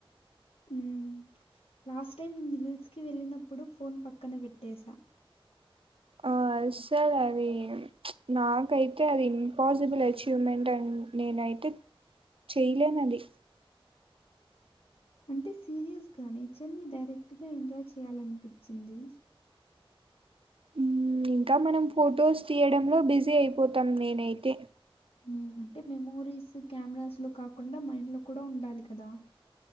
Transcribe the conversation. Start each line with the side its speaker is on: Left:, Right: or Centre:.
Left: ఉమ్ లాస్ట్ టైం హిల్స్కి వెళ్ళినప్పుడు ఫోన్ పక్కన పెట్టసా
Right: ఆ అస్సల్ అది నాకైతే అది ఇంపాసిబుల్ ఎచి వ్‌మెంట్ అన్ నేనైతే చేయలేను అది
Left: అంటే సీరియస్గా నేచర్ని డైరెక్ట్గా ఎంజాయ్ చేయాలనిపించింది
Right: ఉమ్ ఇంకా మనం ఫొటోస్ తీయడంలో బిజీ అయిపోతాం నేనైతే
Left: మ్ అంటే మెమోరీస్ కెమెరాస్లో కాకుండా మైండ్ లో కూడా ఉండాలి కదా